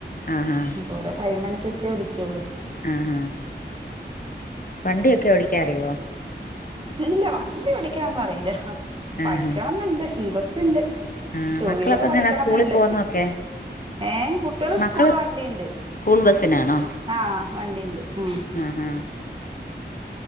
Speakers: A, on the left; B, on the right.
A: ആഹ് ആഹ്
B: അപ്പോൾ ഓരോ ടൈം അനുസരിച്ചേ വിളിക്കയുള്ളൂ
A: ആഹ ആഹ വണ്ടിയൊക്കെ ഓടിക്കാനറിയുമോ
B: ഇല്ല വണ്ടി ഓടിക്കാന്നും അറിയില്ല പഠിക്കണന്ന്ണ്ട്
A: ആഹ് ആഹ്
B: ഇൻട്രസ്റ്റ് ഇണ്ട്
A: ആഹ്
B: ടു
A: മക്കളപ്പ
B: വീലർ പഠിക്കണംന്നുണ്ട്
A: എങ്ങനാ സ്കൂളിൽ പോകുന്നൊക്കെ
B: ഏഹ കുട്ടികള്
A: മക്കള്
B: സ്കൂള് വണ്ടിണ്ട്
A: സ്കൂൾ ബസ്സിനാണോ
B: ആഹ വണ്ടിണ്ട് ആ
A: ആ ആം